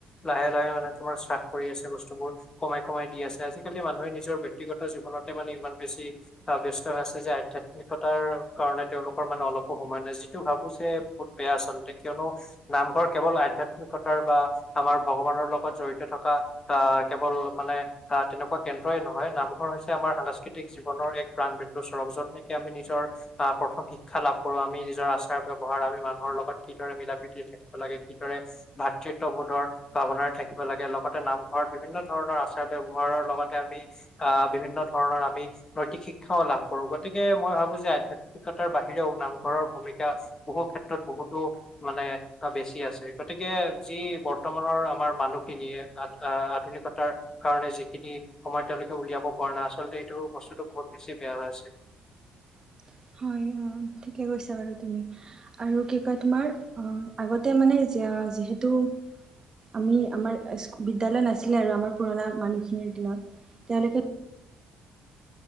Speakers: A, on the left; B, on the right.
A: লাহে লাহে মানে তোমাৰ। শাস কৰি আছে বস্তুবোৰ কমাই কমাই দি আছে আজিকালি মানুহে নিজৰ ব্যক্তিগত জীৱনতে মানে ইমান বেছি। আহ ব্যস্তা হৈ আছে যে আধ্যয়াত্মিকতাৰ কাৰণে তেওঁলোকৰ মানে অলপো সময় নাই যিটো ভাবো যে। বহুত বেয়া আচলতে কিয়নো নামঘৰ কেৱল আধ্যয়াত্মিকতাৰ বা আমাৰ ভগৱানৰ লগত জড়িত। থকা আহ কেৱল মানে তেনেকুৱা কেন্দ্ৰই নহয় নামঘৰ হৈছে আমাৰ সাংস্কৃতিক জীৱনৰ। এক প্ৰাণ বুৰক যত নেকি আমি নিজৰ প্ৰথম শিকা লাভ কৰো আমি নিজৰ আচাৰ ব্যৱহাৰ আমি। মানুহৰ লগত কিদৰে মিলা প্ৰীতি থাকিব লাগে কিদৰে ভাতৃত্ববোধৰ ভাৱনাৰে থাকিব লাগে লগ। লগতে নামঘৰত বিভিন্ন ধৰণৰ আচাৰ ব্যৱহাৰৰ লগতে আমি আহ বিভিন্ন ধৰণৰ আমি নৈতিক। শিক্ষাও লাভ কৰো গতিকে মই ভাবো যে আধ্যাত্মিকতাৰ বাহিৰেও নামঘৰৰ ভূমিকা বহু ক্ষেত্ৰত। বহুতো মানে বেছি আছে গতিকে যি বৰ্তমানৰ আমাৰ মানুহখিনিয়ে। আধুনিকতাৰ কাৰণে যিখিনি সময়ত তেওঁলোকে উলিয়াব পৰা নাই আচলতে এইটো বস্তুতটো বহুত। বেছি বেয়া হৈ আছে।
B: <inaudible> হয় অ ঠিকে কৈছা বাৰু তুমি আৰু কি কয় তোমাৰ অ আগতে মানে। এতিয়া যিহেতু। আমি আমাৰ বিদ্যালয় নাছিলে আৰু আমাৰ পুৰণা মানুহখিনিৰ দিনত তেওঁলোকে।